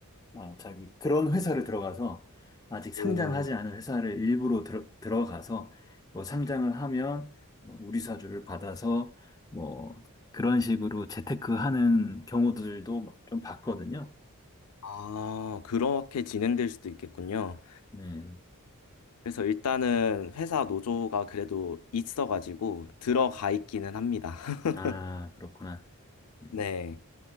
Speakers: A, on the left; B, on the left.
A: 아, 자기 그런 회사를 들어가서 아직 상장하지
B: 오,
A: 않은 회사를 일부러 들어, 들어가서 뭐 상장을 하면 뭐 우리 사주를 받아서 뭐 그런 식으로 재테크하는 경우들도 좀 봤거든요.
B: 아, 그렇게 진행될 수도 있겠군요.
A: 네.
B: 그래서 일단은 회사 노조가 그래도 있어가지고 들어가 있기는 합니다. <laughs>
A: 아, 그렇구나. 네.
B: 네,